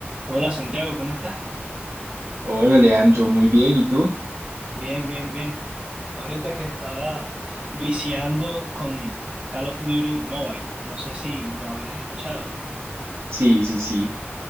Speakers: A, on the right; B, on the right.
A: Hola Santiago, ¿cómo estás?
B: Hola, Leandro, muy bien. ¿Y tú?
A: Bien, bien, bien. Ahorita que estaba viciando con Call of Duty Mobile, no sé si lo habías escuchado.
B: Sí, sí, sí.